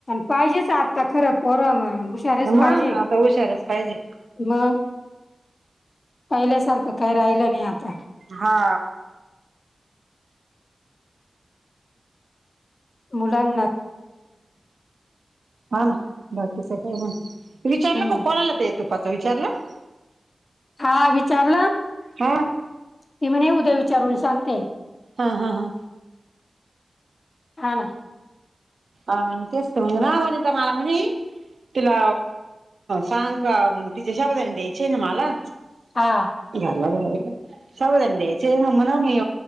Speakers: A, on the left; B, on the right.
A: पाहिजेच आत्ता खरं पोरमग हुशारच
B: मग
A: पाहिजे
B: आता हुशारच पाहिजे
A: मग पहिल्यासारखं काही राहिलं नाही आता
B: हा.
A: मुलां
B: हा ना बाकी स विचारलं ग
A: हम्म
B: कोणाला ते य तुपाच विचारलं.
A: हा विचारलं.
B: हा.
A: ती म्हण उद्या विचारून सांगते.
B: हा हा हा.
A: हा ना.
B: अ मग तेच मंग ना वनिता मला म्हणे. तिला सांग का तिचे शाबुदाणे द्यायचे आहे ना मला
A: हा
B: झाला बर बाई शाबुदाणे द्यायचे मग म्हण मी